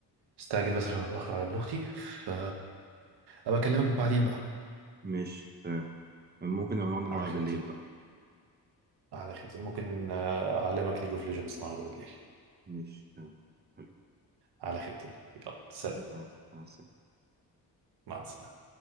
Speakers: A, on the right; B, on the right.
A: استعجل بس عشان اتاخر على ابن اختي ف ابقى اكلمك بعدين بقى
B: ماشي تمام ممكن نبقى نقعد نلعب
A: على خيرة
B: بالليل
A: الله
B: بقى
A: على خيرة الله ممكن آه، اعلمك ليج اوف ليجندز النهارده بالليل
B: ماشي تمام حلو
A: على خيرة الله يلا سلام
B: مع مع السلامه
A: مع السلامه